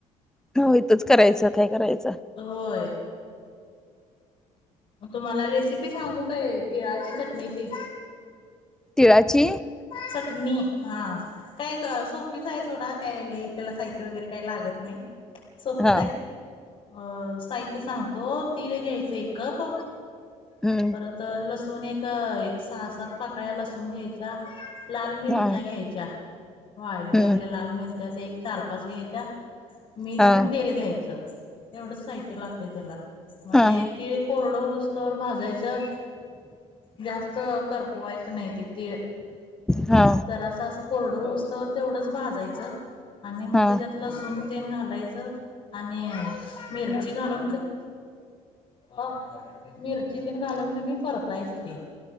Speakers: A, in the centre; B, on the left (about 45°).
A: हों इथच करायचं काय करायचं
B: होय मग तुम्हाला रेसिपी सांगू काय तिळाची चटणीची?
A: तिळाची
B: चटणी हां काय एक सोपीच आहे सोडा काय त्याला साहित्य वगैरे काय लाग येत नायी सोपीच
A: हा
B: हाय अं साहित्य सांगतो तिळ घ्यायचं एक कप
A: हम्म
B: परत लसूण एक- एक सहा, सात पाकळ्या लसूण घ्यायच्या लाल मिरच्या
A: हा
B: घ्यायच्या वाळलेल्या
A: हम्म
B: आपल्या लाल मिरच्या ते एक चार, पाच घ्यायच्या मीठ
A: हा
B: आणि तेल घ्यायचं एवढं साहित्य लागतंय त्याला मग
A: हा
B: ते तीळ कोरडं होस तर भाजायचं जास्त करपवायचं नाही तिळ
A: हा
B: जरां असं कोरडत तर तेवढंच भाजायचं आणि मग
A: हा
B: त्याच्यात लसून तेन घालायचं आणि मिरची घालून अ मिरची तन घालून कनी परतायचं ते